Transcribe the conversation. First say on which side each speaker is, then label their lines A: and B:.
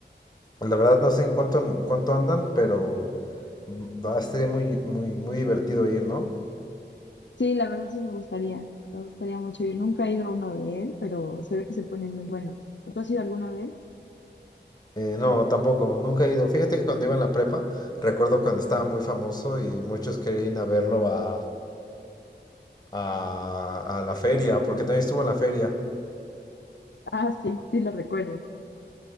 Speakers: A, on the left; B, on the left.
A: La verdad no sé en cuánto, en cuánto andan, pero mm, va a ser muy, muy, muy divertido ir, ¿no?
B: Sí, la verdad sí me gustaría, me gustaría mucho ir. Nunca he ido a uno de él, pero se ve que se ponen muy buenos. ¿Tú has ido a alguno de él?
A: Eh, no, tampoco, nunca he ido. Fíjate que cuando iba en la prepa, recuerdo cuando estaba muy famoso y muchos querían ir a verlo a, a, a la feria, porque también estuvo en la feria.
B: Ah, sí, sí lo recuerdo,